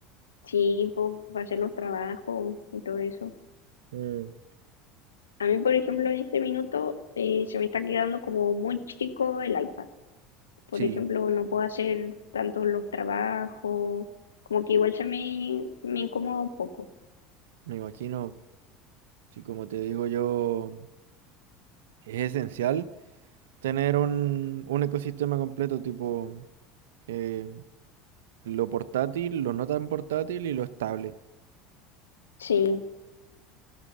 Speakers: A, on the left; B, on the right.
A: sí, pues hacer los trabajos y todo eso.
B: Mm,
A: A mí, por ejemplo, en este minuto eh, se me está quedando como muy chico el iPad. por
B: Sí,
A: ejemplo, no puedo hacer tanto los trabajos, como que igual se me, me incomoda un poco.
B: me imagino, sí, como te digo yo, es esencial tener un, un ecosistema completo, tipo eh, lo portátil, lo no tan portátil y lo estable.
A: Sí,